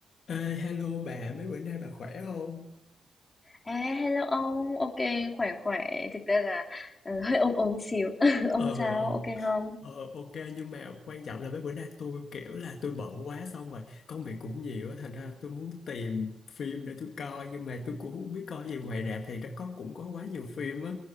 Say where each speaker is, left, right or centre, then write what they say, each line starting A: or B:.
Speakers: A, on the left; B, on the left.
A: Ê, hello bà, mấy bữa nay bà khỏe không?
B: À, hello ông, ok, khỏe khỏe, thực ra là ờ, hơi ốm ốm xíu, <laughs> ông
A: Ờ,
B: sao, ok không?
A: ờ, ok nhưng mà quan trọng là mấy bữa nay tôi kiểu là tôi bận quá xong rồi công việc cũng nhiều á thành ra tôi muốn tìm phim để tôi coi nhưng mà tôi cũng không biết coi gì ngoài rạp thì nó có cũng có quá nhiều phim á